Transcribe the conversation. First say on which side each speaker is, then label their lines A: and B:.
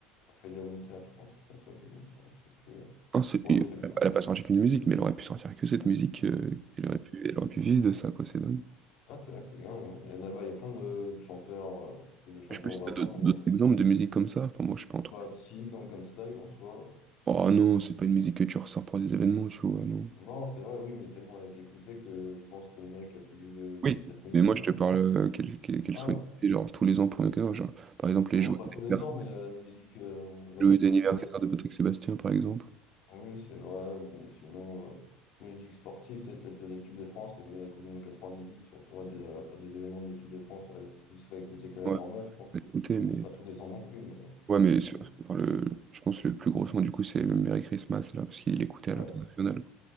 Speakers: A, on the left; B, on the right.
A: Ophelia Winter, je crois, un truc comme ça, Sophie Winter, je sais plus. euh.
B: Non, c'est-
A: Bon,
B: il-
A: je sais plus.
B: Elle a pas sorti qu'une musique, mais elle aurait pu sortir que cette musique. euh, elle aurait pu, elle aurait pu vivre de ça, quoi. C'est dingue.
A: Ah, c'est vrai que c'est dingue. hein. Il y en a, bah, il y a plein de, de chanteurs, euh, faut plus de chanteurs
B: Je sais pas si
A: ou rappeurs
B: t'as d'autres
A: pour
B: d'autres
A: sortir.
B: exemples de musique comme ça. Enfin, moi, je suis pas entre.
A: Bah, Psy, Gangnam Style en soi.
B: Oh non, c'est pas une musique que tu ressors pour des événements, tu vois, non.
A: Non, c'est vrai, oui, mais tellement elle a été écoutée que je pense que le mec a plus vivre de-
B: Oui.
A: que de cette musique,
B: Mais moi,
A: hein,
B: je te parle
A: franchement.
B: euh, qu'elle qu'elle qu'elle
A: Ah,
B: soit écoutée, genre tous les ans pour une occasion. Genre, par exemple, les
A: oh,
B: joyeux
A: pas tous les
B: anniversaires,
A: ans, mais il y a la musique, euh, la
B: joyeux
A: musique
B: anniversaire
A: euh,
B: de Patrick Sébastien, par exemple.
A: Oui, c'est vrai. Ou sinon, euh, musique sportive, c'est peut-être de l'équipe de France qui a gagné la Coupe du Monde 98, surtout à des, à des événements de l'équipe de France, elle est plus réécoutée que la
B: Ouais.
A: normale, je pense.
B: Bah, Écoutez, mais.
A: Bon, c'est pas tous les ans non plus, mais
B: Ouais, mais
A: c'est.
B: sur-
A: c'est-
B: enfin, le... je pense que le plus gros son, du coup, c'est le Merry Christmas, là, parce qu'il l'écoutait
A: Ouais.
B: à l'international.